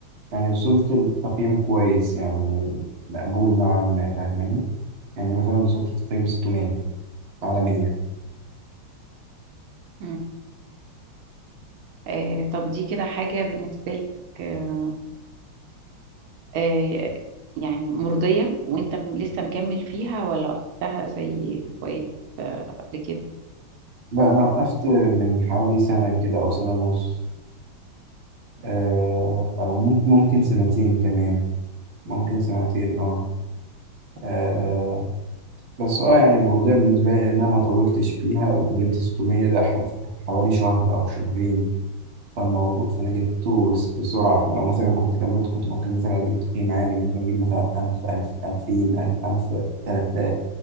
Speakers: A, on the right; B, on the right.
A: يعني وصلت لتقييم كويس يعني مقبول نوعا ما فاهماني يعني مثلا وصلت لتقييم 600 على 100
B: مم. آه طب دي كده حاجة بالنسبة لك آه آه، يعني مرضية وانت م- لسه مكمل فيها ولا وقتها زي وقت آه، قبل كده
A: لا أنا وقفت من حوالي سنة كده أو سنة ونص آه، أو ممكن ممكن سنتين كمان ممكن سنتين اه آه، بس اه يعني مرضية بالنسبة لي لأن أنا ما طولتش فيها وجبت 600 ده ح- في حوالي شهر أو شهرين فالموضوع فأنا جبته بس- بسرعة فلو مثلا كنت كملت كنت ممكن مثلا أجيب تقييم عالي ممكن أجيب مثلا ألف ألف ألفين ألف ألف تلات آلاف